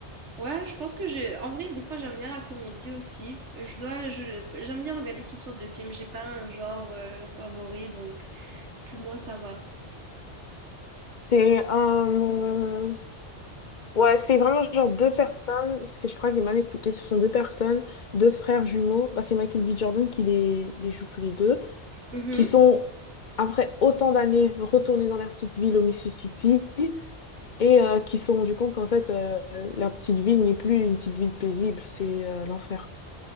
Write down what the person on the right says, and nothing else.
ouais, je pense que je, en vrai, des fois, j'aime bien la comédie aussi. Je dois, je, j'aime bien regarder toutes sortes de films. J'ai pas un genre euh, favori, donc pour moi, ça va.
Mhm.